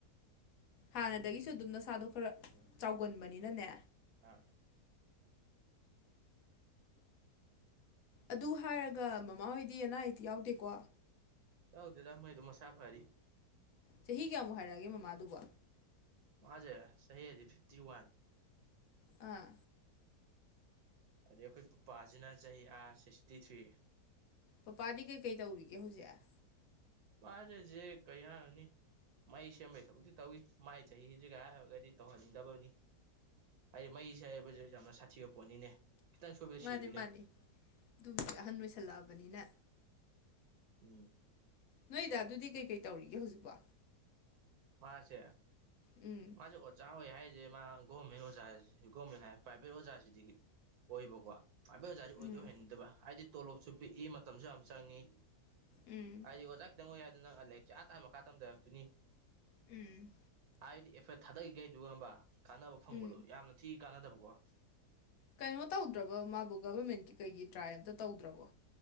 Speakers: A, on the left; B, on the right.
A: ꯍꯥꯟꯅꯗꯒꯤꯁꯨ ꯑꯗꯨꯝ ꯅꯁꯥꯗꯣ ꯈꯔ ꯆꯥꯎꯒꯟꯕꯅꯤꯅꯅꯦ
B: ꯑꯥ
A: ꯑꯗꯨ ꯍꯥꯏꯔꯒ ꯃꯃꯥꯍꯣꯏꯗꯤ ꯑꯅꯥ ꯑꯌꯦꯛꯇꯤ ꯌꯥꯎꯗꯦꯀꯣ
B: ꯌꯥꯎꯗꯦꯗꯥ ꯃꯣꯢꯗꯨꯝ ꯃꯁꯥ ꯐꯔꯤ
A: ꯆꯍꯤ ꯀꯌꯥꯃꯨꯛ ꯍꯥꯏꯔꯛꯑꯒꯦ ꯃꯃꯥꯗꯨꯕꯣ
B: ꯃꯥꯁꯦ ꯆꯍꯤ ꯍꯧꯖꯤꯛ ꯐꯤꯞꯇꯤ ꯋꯥꯟ
A: ꯑꯥ
B: ꯑꯗꯩ ꯑꯩꯈꯣꯏ ꯄꯨꯄꯥꯁꯤꯅ ꯆꯍꯤ ꯑꯥ ꯁꯤꯛꯁꯇꯤ ꯊ꯭ꯔꯤ
A: ꯄꯄꯥꯗꯤ ꯀꯩꯀꯩ ꯇꯧꯔꯤꯒꯦ ꯍꯧꯖꯤꯛ
B: ꯃꯥꯖꯦ ꯍꯧꯖꯤꯛ ꯀꯩ ꯍꯥꯢꯔꯨꯅꯤ ꯃꯩ ꯁꯦꯝꯕꯒꯤ ꯊꯕꯛꯇꯤ ꯇꯧꯏ ꯃꯥꯏ ꯆꯍꯤꯖꯤꯒꯥꯏ ꯍꯥꯏꯔꯒꯗꯤ ꯇꯧꯍꯟꯅꯤꯡꯗꯕꯅꯤ ꯍꯥꯏꯗꯤ ꯃꯩꯁꯦ ꯍꯥꯏꯕꯁꯤ ꯌꯥꯝꯅ ꯁꯥꯊꯤꯕ ꯄꯣꯠꯅꯤꯅꯦ ꯈꯤꯇꯪ ꯁꯣꯏꯕꯗ
A: ꯃꯥꯅꯤ
B: ꯁꯤꯗꯨꯅꯦ
A: ꯃꯥꯅꯤ ꯑꯗꯨꯕꯨꯗꯤ ꯑꯍꯟ ꯑꯣꯏꯁꯜꯂꯛꯑꯕꯅꯤꯅ
B: ꯎꯝ
A: ꯅꯣꯏ ꯗꯥꯗꯨꯗꯤ ꯀꯩꯀꯩ ꯇꯧꯔꯤꯒꯦ ꯍꯧꯖꯤꯛꯄꯣ
B: ꯃꯥꯁꯦ
A: ꯎꯝ
B: ꯃꯥꯁꯦ ꯑꯣꯖꯥ ꯑꯣꯖꯥ ꯍꯣꯏ ꯍꯥꯏꯔꯤꯁꯦ ꯃꯥ ꯒꯣꯔꯃꯦꯟ ꯑꯣꯖꯥ ꯒꯣꯔꯃꯦꯟ ꯍꯥꯏ ꯄ꯭ꯔꯥꯏꯕꯦꯠ ꯑꯣꯖꯥꯁꯤꯗꯤ ꯑꯣꯏꯕꯀꯣ ꯄ꯭ꯔꯥꯢꯕꯦꯠ ꯑꯣꯖꯥꯁꯤ ꯑꯣꯏꯗꯤ
A: ꯎꯝ
B: ꯑꯣꯢꯍꯟꯅꯤꯡꯗꯕ ꯍꯥꯏꯗꯤ ꯇꯣꯂꯣꯞꯁꯨ ꯄꯤꯛꯏ ꯃꯇꯝꯁꯨ ꯌꯥꯝ ꯆꯪꯉꯤ
A: ꯎꯝ
B: ꯍꯥꯏꯗꯤ ꯑꯣꯖꯥ ꯈꯤꯇꯪ ꯑꯣꯏ ꯍꯥꯏꯗꯨꯅ ꯂꯥꯢꯔꯤꯛꯁꯦ ꯑꯥ ꯇꯅꯥ ꯃꯈꯥ ꯇꯝꯗꯔꯛꯇꯨꯢꯅꯤ
A: ꯎꯝ
B: ꯍꯥꯏꯗꯤ ꯑꯦꯐꯦꯠ ꯊꯥꯗꯈꯤꯒꯩꯗꯨꯒ ꯈꯪꯕ꯭ꯔꯥ ꯀꯥꯟꯅꯕ ꯐꯪꯕꯗꯣ
A: ꯎꯝ
B: ꯌꯥꯝꯅ ꯊꯤ ꯀꯥꯟꯅꯗꯕꯀꯣ
A: ꯀꯩꯅꯣ ꯇꯧꯗ꯭ꯔꯕꯥ ꯃꯥꯕꯨ ꯀꯕꯥꯔꯃꯦꯟꯀꯤ ꯀꯩꯒꯤ ꯇ꯭ꯔꯥꯏ ꯑꯝꯇ ꯇꯧꯗ꯭ꯔꯕꯣ